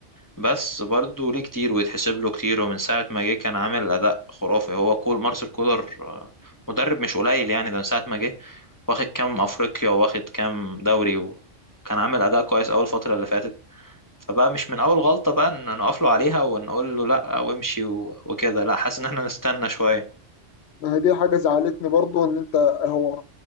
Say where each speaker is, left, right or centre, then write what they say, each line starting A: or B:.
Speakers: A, on the left; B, on the left.
A: بس برضه ليه كتير ويتحسب له كتير ومن ساعة ما جه كان عامل أداء خرافي هو كول مارسيل كولر آه، مدرب مش قليل يعني ده من ساعة ما جه واخد كام أفريقيا واخد كام دوري وكان عامل أداء كويس أول فترة اللي فاتت فبقى مش من أول غلطة بقى إن نقف له عليها ونقول له لأ وامشي و- وكده لأ حاسس إن احنا نستنى شوية
B: ما هي دي حاجه زعلتني برضه ان انت هو